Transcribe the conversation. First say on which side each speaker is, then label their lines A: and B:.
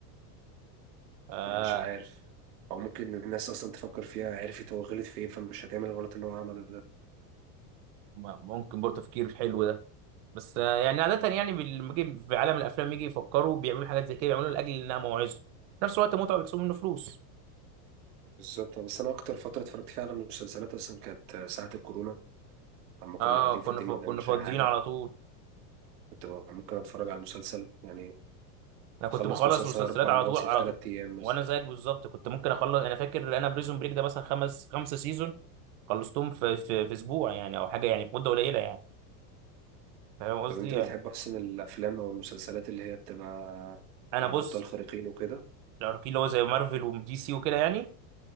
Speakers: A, on the right; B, on the right.
A: آه
B: مش عارف او ممكن الناس اصلا تفكر فيها عرفت هو غلط في ايه فمش هتعمل الغلط اللي هو عمله ده
A: م- ممكن برضه تفكير حلو ده بس آه يعني عادة يعني بال- لما يجي في عالم الافلام يجي يفكروا بيعملوا حاجات زي كده بيعملوا لاجل انها موعظة في نفس الوقت متعة بيكسبوا منه فلوس
B: بالظبط بس انا اكتر فتره اتفرجت فيها على المسلسلات اصلا كانت ساعه الكورونا اما كنا
A: اه
B: قاعدين فاضيين
A: كنا ف...
B: ما
A: كنا
B: بنعملش
A: فاضيين
B: اي حاجه
A: على طول
B: كنت بقى ممكن اتفرج على مسلسل يعني
A: انا كنت
B: اخلص
A: بخلص
B: مسلسل
A: مسلسلات
B: اربع
A: على
B: مواسم
A: طول على
B: في ثلاث
A: طول
B: ايام مثلا
A: وانا زيك بالظبط كنت ممكن اخلص انا فاكر انا بريزون بريك ده مثلا خمس خمسة سيزون خلصتهم في في في اسبوع يعني او حاجه يعني في مده قليله يعني فاهم قصدي
B: طب انت
A: يعني
B: بتحب اصلا الافلام او المسلسلات اللي هي بتبقى
A: انا
B: عن
A: بص
B: ابطال خارقين وكده
A: الاركي اللي هو زي مارفل ودي سي وكده يعني